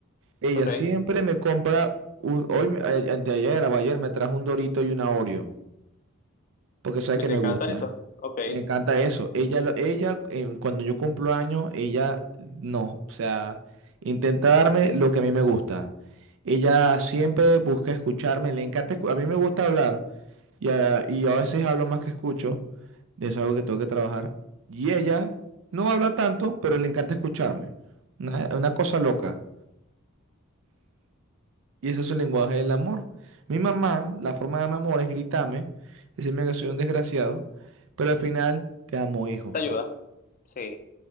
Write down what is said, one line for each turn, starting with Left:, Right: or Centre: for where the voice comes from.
Right: Ella
Left: ok.
Right: siempre me compra, un, hoy, me- eh, anteayer o ayer me trajo un Dorito y una Oreo, porque sabe
Left: ¿Y
Right: que
Left: te
Right: me
Left: encanta
Right: gusta.
Left: eso? Ok, te
Right: Me encanta eso. Ella, lo- ella em, cuando yo cumplo años, ella no, o sea, intenta darme lo que a mí me gusta. Ella siempre busca escucharme, le encanta, escu- a mí me gusta hablar. Y a, y a veces hablo más que escucho, de eso es algo que tengo que trabajar. Y ella no habla tanto, pero le encanta escucharme. Una, una cosa loca. Y ese es su lenguaje del amor. Mi mamá, la forma de darme amor es gritarme, decirme que soy un desgraciado, pero al final, te amo, hijo.
Left: ayuda. Sí,